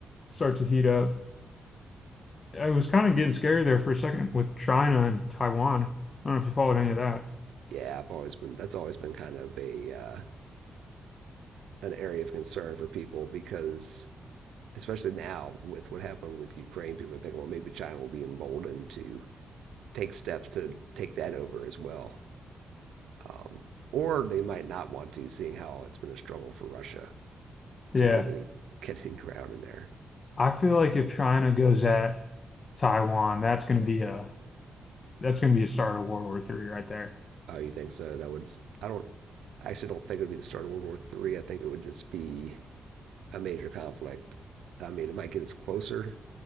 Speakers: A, on the left (about 45°); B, on the right (about 85°).
A: start to heat up. It was kind of getting scary there for a second with China and Taiwan. I don't know if you followed any of that.
B: Yeah. I've always been, that's always been kind of a, uh, an area of concern for people because, especially now with what happened with Ukraine, people are thinking, well, maybe China will be emboldened to take steps to take that over as well. Um, or they might not want to, seeing how it's been a struggle for Russia
A: Yeah.
B: to get any <laughs> get any ground in there.
A: I feel like if China goes at Taiwan, that's going to be a that's going to be a start of World War III right there.
B: Oh, you think so? That would i I don't I actually don't think it would be the start of World War III. I think it would just be a major conflict. I mean, it might get us closer